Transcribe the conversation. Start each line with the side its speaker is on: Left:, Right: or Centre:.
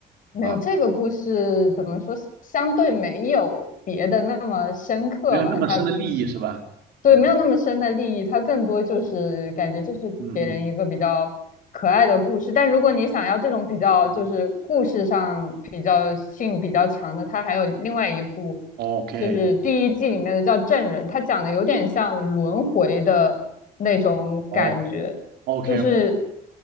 Left: 没有这个故事怎么说，
Right: 啊，
Left: 相对没有别的那么深刻吧，
Right: 没有那么深的利益是吧？
Left: 它对，
Right: 嗯
Left: 没有那么深的利益，它更多就是感觉就是给人一个比较可爱的故事。
Right: 嗯嗯
Left: 但如果你想要这种比较就是故事上比较性比较强的，
Right: 嗯嗯
Left: 它还有另外一部，
Right: ，OK，
Left: 就是第一季里面的叫《证人》，它讲的有点像轮回的那种感觉。
Right: 哦，OK，哦
Left: 就是